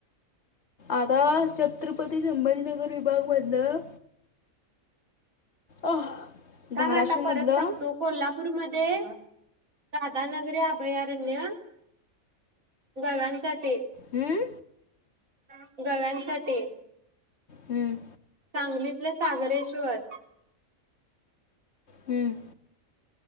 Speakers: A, on the left (about 55°); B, on the right (about 75°).
A: आता छत्रपती संभाजीनगर विभाग मधलं अह
B: का
A: धाराशिवमधलं
B: म आता परत सांगतो कोल्हापूरमध्ये दधानगरी अभयारण्य गव्यांसाठी
A: हम्म
B: हा गव्यांसाठी
A: हम्म
B: सांगलीतलं सागरेश्वर
A: हम्म